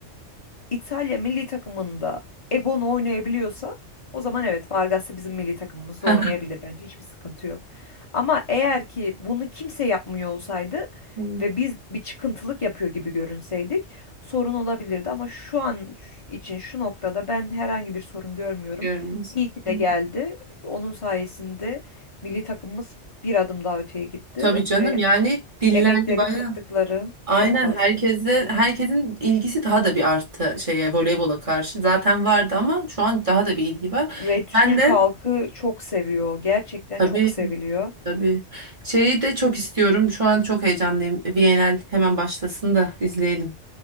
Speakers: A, on the left (about 30°); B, on the right (about 30°).
A: İtalya milli takımında Egon'u oynayabiliyorsa o zaman evet Vargas da bizim milli takımımızda
B: <laughs>
A: oynayabilir bence hiçbir sıkıntı yok. Ama eğer ki bunu kimse yapmıyor olsaydı
B: Evet,
A: ve biz bir çıkıntılık yapıyor gibi görünseydik sorun olabilirdi ama şu an ş- için şu noktada ben herhangi bir sorun görmüyorum.
B: Görmüyoruz.
A: İyi ki de
B: Hı.
A: geldi. Onun sayesinde milli takımımız bir adım daha öteye gitti
B: Tabii canım
A: ve
B: yani dillendi
A: emekleri
B: bayağı.
A: kattıkları
B: Aynen
A: çok fazla.
B: herkese herkesin ilgisi daha da bir arttı şeye voleybola karşı. Zaten vardı ama şu an daha da bir ilgi var.
A: ve Türk
B: Ben de
A: halkı çok seviyor. Gerçekten
B: tabii
A: çok seviliyor.
B: tabii şeyi de çok istiyorum. Şu an çok heyecanlıyım. VNL hemen başlasın da izleyelim.